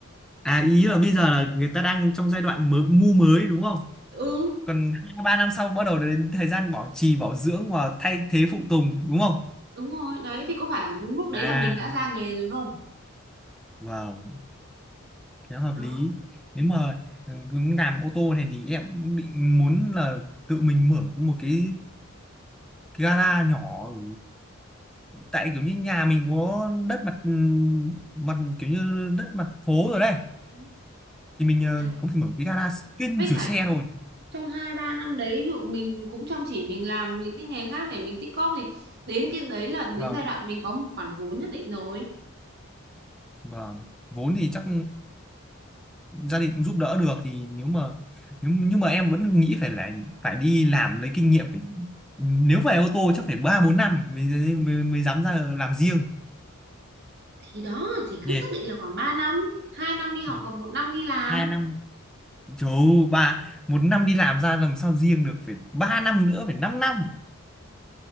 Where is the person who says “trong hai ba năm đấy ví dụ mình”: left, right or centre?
Right